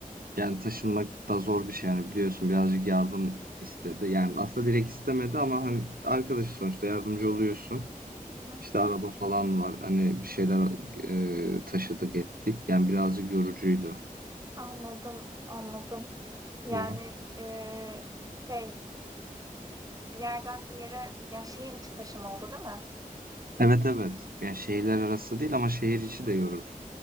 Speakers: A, on the right; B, on the right.
A: yani taşınmak da zor bir şey yani biliyorsun birazcık yardım istedi. Yani aslında direkt istemedi ama hani arkadaş sonuçta yardımcı oluyorsun.
B: hı hı.
A: İşte araba falan var. Hani bir şeyler eee, taşıdık ettik. Yani birazcık yorucuydu.
B: Anladım, anladım. Yani
A: Hı. hı.
B: eee, şey, bir yerden bir yere, yani şehir içi taşım oldu değil mi?
A: Evet evet. Yani şehirler arası değil ama şehir içi de yorucu.